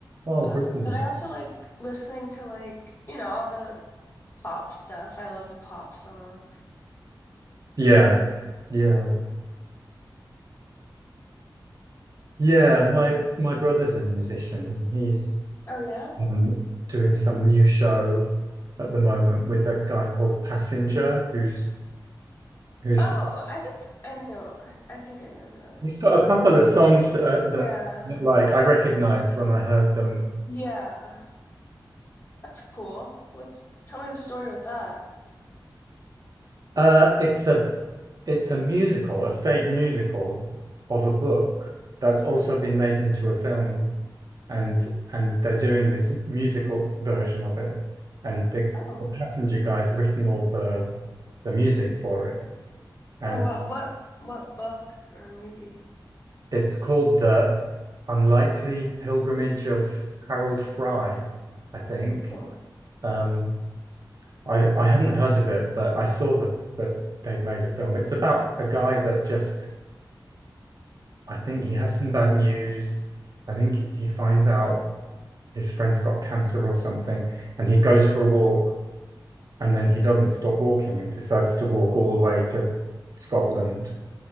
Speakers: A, on the right; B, on the left.
A: Oh,
B: Um,
A: brilliant.
B: but I also like listening to like, you know, all the pop stuff. I love a pop song.
A: Yeah, yeah. Yeah, my my brother's a musician. He's
B: Oh yeah?
A: um, doing some new show at the moment with a guy called Passenger, who's who's
B: Oh, I think I know. I think I know who that is.
A: he's got a couple of songs that, are,
B: Yeah.
A: that that, like I recognized when I heard them.
B: Yeah. That's cool. What's tell me the story with that.
A: Uh, it's a it's a musical, a stage musical of a book that's also been made into a film, and and they're doing this musical version of it, and the,
B: Oh.
A: the Passenger guy's written all the the music for it and
B: Oh wow. What what book or movie?
A: it's called The Unlikely Pilgrimage of Harold Fry, I think.
B: Oh,
A: Um, I I hadn't heard of it, but I saw the that they'd made a film. It's about a guy that just I think he has some bad news. I think he finds out his friend's got cancer or something, and he goes for a walk, and then he doesn't stop walking and decides to walk all the way to Scotland,